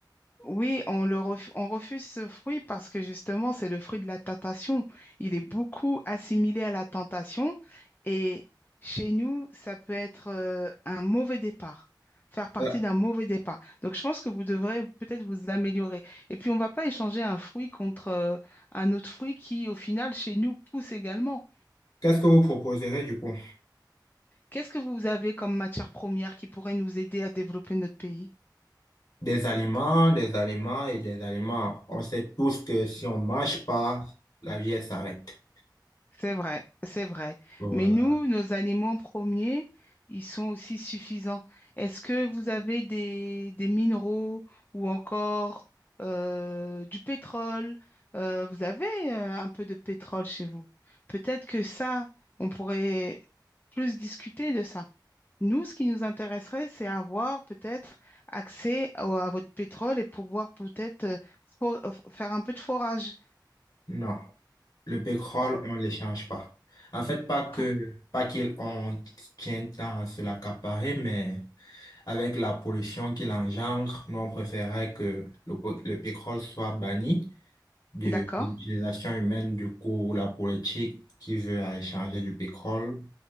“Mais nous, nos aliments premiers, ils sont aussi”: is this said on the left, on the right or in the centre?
Left